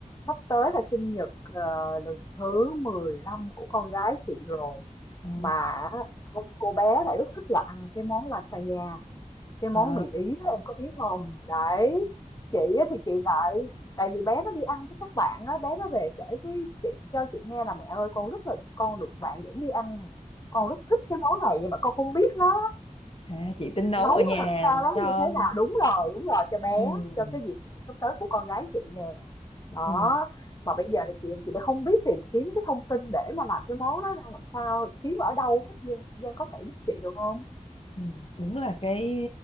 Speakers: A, on the left (about 30°); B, on the left (about 45°).
A: sắp tới là sinh nhật ờ, lần thứ 15 của con gái chị rồi.
B: Ồ,
A: Mà cô, cô bé lại rất thích là ăn cái món lasagna, cái món
B: À,
A: mì Ý đó em có biết không? Đấy, chị á thì chị lại, tại vì bé nó đi ăn với các bạn á, bé nó về kể với chị cho chị nghe là mẹ ơi con rất là, con được bạn dẫn đi ăn nè. Con rất thích cái món này nhưng mà con không biết nó
B: à chị tính
A: nấu
B: nấu ở nhà
A: nó làm sao đó
B: cho
A: như thế nào đúng rồi đúng rồi cho bé
B: ừ,
A: cho cái dịp sinh nhật sắp tới của con gái chị nè đó
B: ừ,
A: mà bây giờ thì chị chị đã không biết tìm kiếm cái thông tin để mà làm cái món đó ra làm sao kiếm ở đâu hết Giang Giang có thể giúp chị được không
B: ừ. Đúng là cái